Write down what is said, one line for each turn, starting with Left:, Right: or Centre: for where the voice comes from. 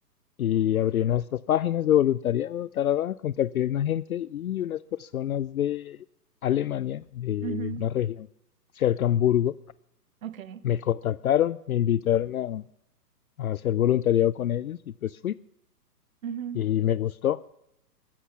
Left: Y abrieron estas páginas de voluntariado, tarara, contacté a una gente y unas personas de Alemania, de
Right: ujú,
Left: una región cerca a Hamburgo,
Right: Ok,
Left: me contactaron, me invitaron a, a hacer voluntariado con ellos y pues fui
Right: ujú,
Left: y me gustó.